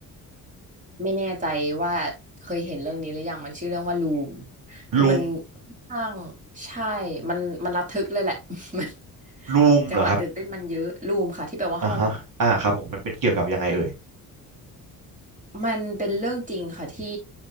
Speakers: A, on the right (about 20°); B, on the right (about 65°).
A: ไม่แน่ใจว่าเคยเห็นเรื่องนี้หรือยังมันชื่อเรื่องว่าลูมคือมันค่อนข้าง
B: ลูม
A: ใช่มันมันระทึกเลยแหละ <laughs> มัน
B: ลูมเหรอครับ
A: จังหวะตื่นเต้นมันเยอะลูมค่ะที่แปลว่าห้องอ่ะ
B: อ่าฮะอ่าครับผมมันเป็นเกี่ยวกับยังไงเอ่ย
A: มันเป็นเรื่องจริงค่ะที่